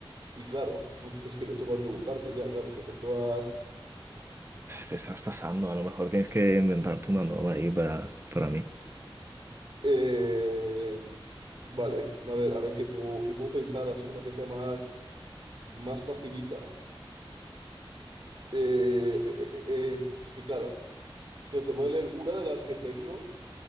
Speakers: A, on the right; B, on the right.
A: Y claro, uf, es que no sé cuál preguntarte ya, claro. Es que son todas
B: Te estás pasando, a lo mejor tienes que inventarte una nueva ahí para, para mí.
A: Eh, vale, a ver, a ver qué puedo, qué puedo pensar, así una que sea más, más facilita. Eh, eh, eh, eh, eh, es que claro, mira, te voy a leer una de las que tengo,